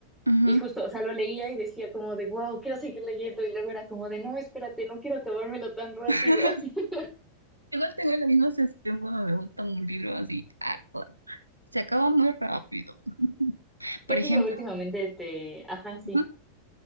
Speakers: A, on the right (about 80°); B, in the centre.
A: Ujú.
B: Y justo, o sea, lo leía y decía como de, wow, quiero seguir leyendo. Y luego era como de, no, espérate, no quiero acabármelo tan rápido.
A: <laughs>
B: <laughs>
A: Sí, Igual tengo la misma sensación cuando me gusta un libro así, harto. Se acaba muy rápido. Por
B: ¿Qué
A: ejemplo,
B: libro últimamente te... Ajá, sí.
A: ujú,